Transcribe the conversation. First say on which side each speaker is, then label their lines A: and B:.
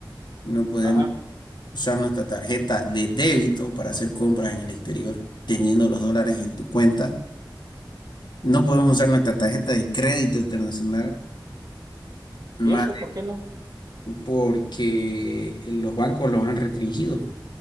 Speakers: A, on the left; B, on the right.
A: no podemos
B: ajá.
A: usar nuestra tarjeta de débito para hacer compras en el exterior, teniendo los dólares en tu cuenta, no podemos usar nuestra tarjeta de crédito internacional. más
B: ¿Y eso por qué no?
A: porque los bancos los han restringido.